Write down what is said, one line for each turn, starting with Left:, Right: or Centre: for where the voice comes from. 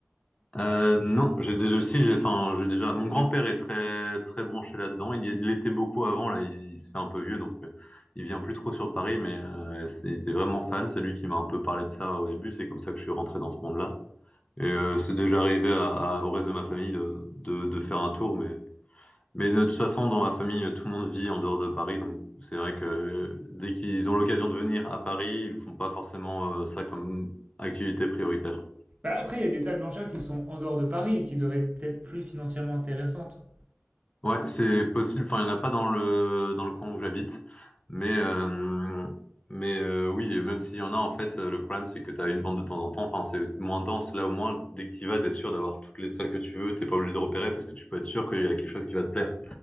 Left: Euh, non, j'ai déjà, si, j'ai, enfin, j'ai déjà. Mon grand-père est très, très branché là-dedans. Il y- il l'était beaucoup avant. Là, il, se fait un peu vieux, donc euh, il vient plus trop sur Paris. Mais euh, c'est- il était vraiment fan. C'est lui qui m'a un peu parlé de ça au début. C'est comme ça que je suis rentré dans ce monde-là. Et euh, c'est déjà arrivé à, à- au reste de ma famille de, de, de faire un tour. Mais, mais de toute façon, dans ma famille, tout le monde vit en dehors de Paris. Donc c'est vrai que euh, dès qu'ils ont l'occasion de venir à Paris, ils font pas forcément euh, ça comme activité prioritaire.
Right: Bah après, il y a des salles blanchères qui sont en dehors de Paris et qui doivent être peut-être plus financièrement intéressantes.
Left: Ouais, c'est possible. Enfin, il n'y en a pas dans le dans le coin où j'habite, mais euh, mais euh, oui, et même s'il y en a, en fait, euh, le problème c'est que tu as une vente de temps en temps. Enfin, c'est moins dense. Là, au moins, dès que tu vas, t'es sûr d'avoir toutes les salles que tu veux. T'es pas obligé de repérer parce que tu peux être sûr qu'il y a quelque chose qui va te plaire.